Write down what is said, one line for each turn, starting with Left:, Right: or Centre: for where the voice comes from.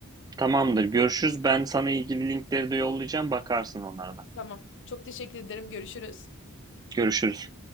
Right: Tamamdır. Görüşürüz. Ben sana ilgili linkleri de yollayacağım. Bakarsın onlara da.
Left: Tamam. Çok teşekkür ederim. Görüşürüz.
Right: Görüşürüz.